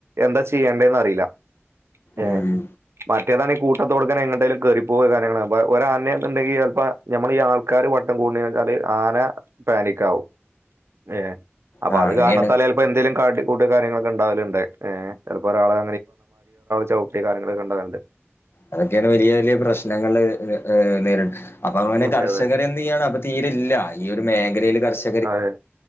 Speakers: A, on the right (about 65°); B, on the left (about 60°).
A: എന്താ ചെയ്യണ്ടേന്ന് അറിയില്ല ഏ
B: ഉം
A: മറ്റേതാനെ കൂട്ടത്തോടെ എങ്ങോട്ടെങ്കിലും കേറി പോകെ കാര്യങ്ങ ഒരാനെന്ന് ഉണ്ടെങ്കിൽ ചിലപ്പോ നമ്മൾ ഈ ആൾക്കാര് വട്ടം കൂടച്ചാല് ആന പാനിക്കാവും ഏ അപ്പൊ
B: ആഹ്
A: അത്
B: അങ്ങനെയാണ്
A: കാരണത്താല ഇപ്പൊ എന്തേലും കാട്ടിക്കൂട്ട് കാര്യങ്ങളൊക്കെ ഉണ്ടാവലുണ്ട് ചിലപ്പോ ഒരാളെ ചവിട്ടി കാര്യങ്ങളൊക്കെ ഉണ്ടാവലുണ്ട്
B: അതൊക്കെയാണ് വലിയ വലിയ പ്രശ്നങ്ങൾ നേരിട അപ്പൊ അങ്ങനെ
A: അതെ,
B: കർഷകർ തീയാണ് അപ്പൊ തീരെല്ല ഈയൊരു മേഖലയില് കർശന
A: ആഹ് അതെ